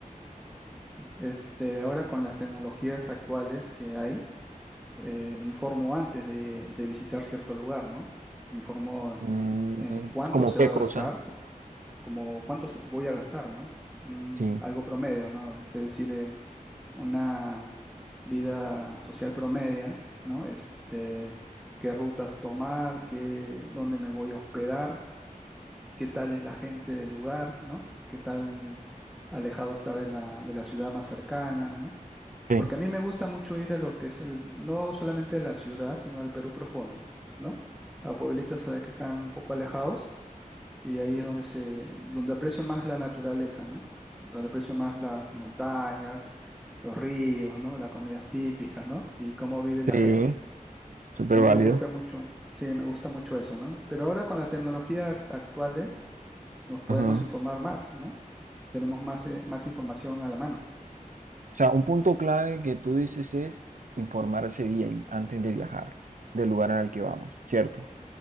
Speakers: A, in the centre; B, on the right.
A: Este, ahora con las tecnologías actuales que hay, eh, me informo antes de, de visitar cierto lugar, ¿no? Me informo
B: Mm,
A: eh, cuánto
B: ¿cómo
A: se
B: qué
A: va a
B: cosa?
A: gastar, como cuánto se- voy a gastar, ¿no? Un-
B: Sí,
A: algo promedio, ¿no? Es decir, eh, un- una vida social promedia, ¿no? Este, qué rutas tomar, qué, dónde me voy a hospedar, qué tal es la gente del lugar, ¿no? Qué tal alejado está de la, de la ciudad más cercana, ¿no?
B: sí,
A: Porque a mí me gusta mucho ir a lo que es el, no solamente la ciudad, sino al Perú profundo, ¿no? A pueblitos eh, que están un poco alejados y ahí es donde se, donde aprecio más la naturaleza, ¿no? Donde aprecio más las montañas, los ríos, ¿no? Las comidas típicas, ¿no? Y cómo vive la
B: sí,
A: gente.
B: súper
A: A mí
B: válido.
A: me gusta mucho, sí, me gusta mucho eso, ¿no? Pero ahora con la tecnología actuales nos podemos
B: Ajá.
A: informar más, ¿no? Tenemos más, eh, más información a la mano.
B: O sea, un punto clave que tú dices es informarse bien antes de viajar del lugar al que vamos, ¿cierto?